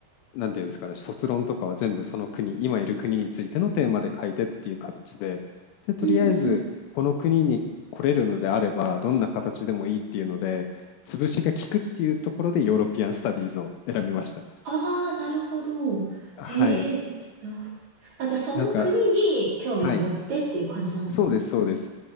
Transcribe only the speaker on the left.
なんていうんですかね、卒論とかは全部その国、今いる国についてのテーマで書いてっていう形で、で、とりあえずこの国に来れるのであれば、
どんな形でもいいっていうので、潰しが効くっていうところでヨーロピアン・スタディーズを選びました。
はい。
なんか、はい。そうです、そうです。